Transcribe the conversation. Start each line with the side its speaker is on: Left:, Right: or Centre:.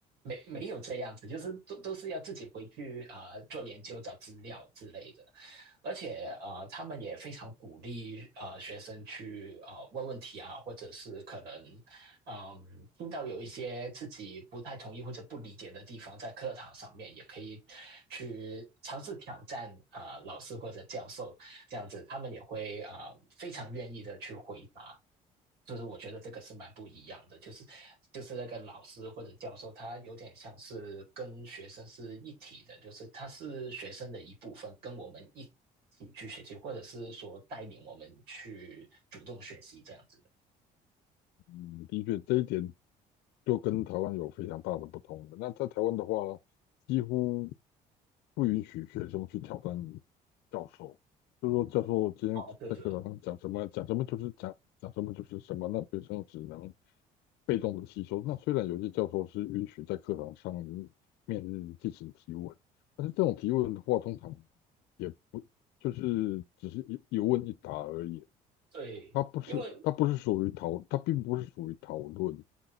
Right: 没没有这样子，就是都都是要自己回去啊、呃做研究、找资料之类的。而且呃，他们也非常鼓励呃学生去呃问问题啊，或者是可能嗯、呃听到有一些自己不太同意或者不理解的地方，在课堂上面也可以去尝试挑战啊，老师或者教授这样子，他们也会啊，非常愿意的去回答。就是我觉得这个是蛮不一样的，就是就是那个老师或者教授，他有点像是跟学生是一体的，就是他是学生的一部分，跟我们一起去学习，或者是说带领我们去主动学习这样子。
Left: 嗯，的确这一点就跟台湾有非常大的不同了那在台湾的话，几乎不允许学生去挑战教授，就是说教授今天在课堂上讲什么讲什么就是讲讲什么就是什么，
Right: 哦，对对
Left: 那学生只能。被动的吸收。那虽然有些教授是允许在课堂上面进行提问，但是这种提问的话，通常也不就是只是一一问一答而已，
Right: 对，
Left: 它不是它不是属于讨，
Right: 因为
Left: 它并不是属于讨论。